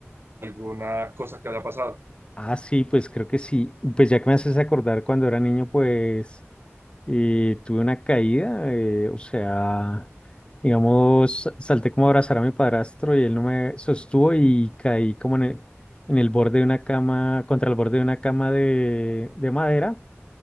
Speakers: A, on the right (about 50°); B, on the left (about 20°).
A: alguna cosa que haya pasado.
B: Ah, sí, pues creo que sí. Pues ya que me haces acordar cuando era niño, pues eh, tuve una caída, eh, o sea, digamos, sa- salté como a abrazar a mi padrastro y él no me sostuvo y caí como en el, en el borde de una cama, contra el borde de una cama de, de madera